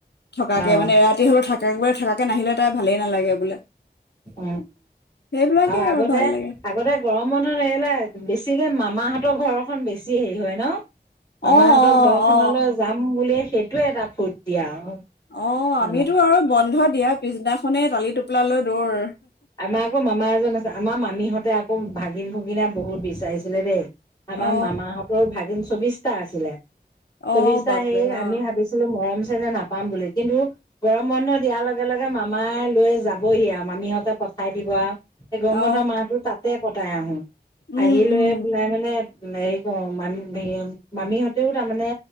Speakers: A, on the left; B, on the left.
A: থকাকে
B: অ
A: মানে এৰাতি হ'লেও থাকে থাকাকে নাহিলে তাই ভালেই নালাগে বোলে।
B: <unintelligible>
A: সেইবিলাকে
B: আৰু আগতে
A: ভাল লাগে
B: আগতে। গৰম বন্ধত আহিলে বেছিকে মামাহঁতৰ ঘৰখন বেছি হেৰি হয় ন। মামাহঁতৰ
A: অ অ
B: ঘৰখনলৈ
A: অ
B: যাম বুলিয়ে সেইটোয়ে এটা ফূৰ্তি আৰু। <unintelligible>
A: অ আমিতো আৰু বন্ধ দিয়া পিছদিনাখনেই টালি টোপোলা লৈ দৌৰ
B: আমাৰ আকৌ মামা এজন আছে। আমাৰ মামীহঁতে আকৌ ভাগিন ভুগিনা বহুত বিচাৰিছিলে দেই আমাৰ
A: অ
B: মামাহঁতে। ভাগিন চৌবিশটা আছিলে চৌবিশটা
A: অ বাপৰে
B: সেই আমি
A: অ
B: ভাবিছো। মৰম চেনেহ নাপাম বুলি। কিন্তু গৰম বন্ধ দিয়াৰ লগে লগে মামাই লৈ যাবহি আৰু মামীহঁতে পঠাই দিব আৰু। গৰম
A: অ
B: বন্ধৰ মাহটো তাতে কটাই আহো
A: উম
B: আহি লৈ
A: উম
B: পেলাই মানে। হেৰি কৰো মা মামীহঁতেও তাৰমানে।